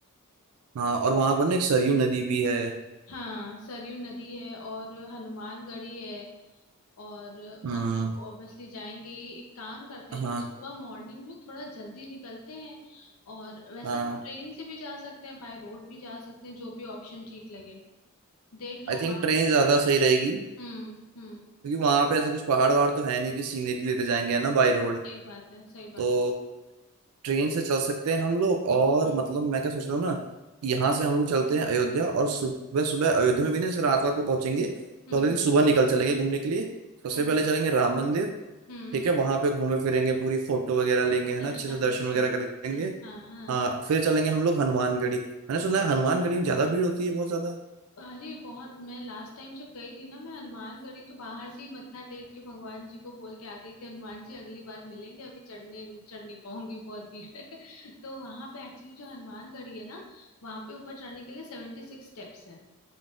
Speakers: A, on the right; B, on the left.
A: हाँ और वहां पर ना एक सरयू नदी भी है
B: हाँ सरयू नदी है और हनुमानगढ़ी है और
A: हाँ
B: मंदिर तो ऑब्वियसली जाएंगे ही एक काम करते हैं ना
A: हाँ
B: सुबह मॉर्निंग में थोड़ा जल्दी निकलते हैं और वैसे
A: हाँ
B: ट्रेन से भी जा सकते हैं बाय रोड भी जा सकते हैं जो भी ऑप्शन ठीक लगे देख लो
A: आई थिंक
B: आप
A: ट्रेन ज्यादा सही रहेगी
B: हम्म हम्म
A: क्योंकि वहां पे ऐसा कुछ पहाड़ वहाड़ तो है नहीं कि सीनरी लेते जाएंगे है ना बाई रोड
B: सही बात है सही
A: तो
B: बात
A: ट्रेन से चल सकते हैं हम लोग और
B: हम्म
A: मतलब मैं क्या सोच रहा हूँ ना कि यहाँ से हम लोग चलते हैं अयोध्या और सुबह सुबह अयोध्या में भी ना जैसे रात रात को पहुंचेंगे तो
B: हम्म
A: अगले दिन सुबह निकल चलेंगे घूमने के लिए सबसे
B: हम्म
A: पहले चलेंगे राम मंदिर
B: हम्म
A: ठीक है वहां पे घूमे फिरेंगे पूरी फोटो वगैरह लेंगे है ना
B: दर्शन
A: अच्छे से दर्शन
B: करेंगे
A: वगैरह
B: अच्छे
A: करेंगे
B: से हाँ हाँ
A: हाँ फिर चलेंगे हम लोग हनुमानगढ़ी मैंने सुना है हनुमानगढ़ी में ज्यादा भीड़ होती है बहुत ज्यादा
B: अरे बहुत मैं लास्ट टाइम जब गई थी ना मैं हनुमानगढ़ी तो बाहर से ही मत्था टेक के भगवान जी को बोल के आ गई थी हनुमान जी अगली बार मिलेंगे अभी चढ़ने चढ़ नहीं पाऊंगी बहुत भीड़ है <laughs> तो वहां पे एक्चुअली जो हनुमानगढ़ी है ना वहां पे ऊपर चढ़ने के लिए सेवेंटी सिक्स स्टेप्स है